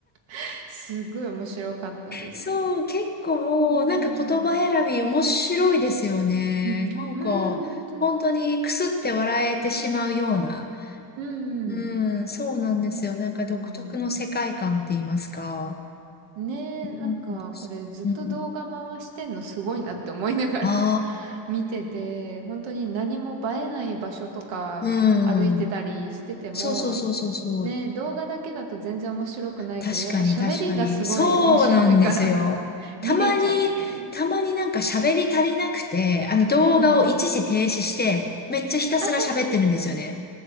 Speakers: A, on the right; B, on the left.
A: <laughs> すごい面白かったです。
B: そう、結構、
A: うーん。
B: なんか言葉選び面白いですよね。
A: うん。
B: なんか、
A: うん、本当に。
B: 本当にくすって笑えてしまうような。
A: う
B: うん、
A: ん。
B: そうなんですよ。
A: 確かに。
B: なんか独特の世界観って言いますか。
A: ねえ、
B: うん、
A: なんかこれずっと動画回してんのすごいなって思いながら
B: うん、あ
A: <laughs> 見てて、本当に何も映えない場所とか歩いてたりしてても、
B: あー、うん。そうそうそうそうそう。
A: ね、動画だけだと全然面白くないけど、
B: 確かに確かに。
A: やっぱ喋りがすごい面白いから
B: そうなんですよ。
A: <laughs>
B: たまに、
A: 見れちゃうっていう。
B: たまになんか喋り足りなくて、あの動画を一時停止して、
A: うんうん。
B: めっちゃひたすら喋ってるんですよね。
A: あ